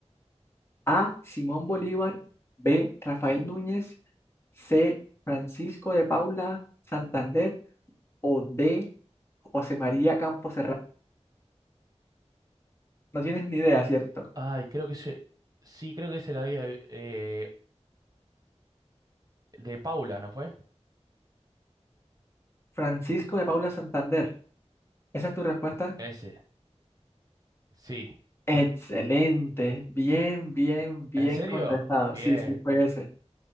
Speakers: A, on the left; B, on the right.
A: A. Simón Bolívar. B. Rafael Núñez. C. Francisco de Paula Santander. O D. José María Campos No tienes ni idea, ¿cierto?
B: Ay, creo que se. Sí, creo que se la había. eh, de Paula, ¿no fue?
A: Francisco de Paula Santander. ¿Esa es tu respuesta?
B: Ese. Sí.
A: Excelente. Bien, bien, bien
B: ¿En serio?
A: contestado.
B: Bien.
A: Sí, sí, fue ese.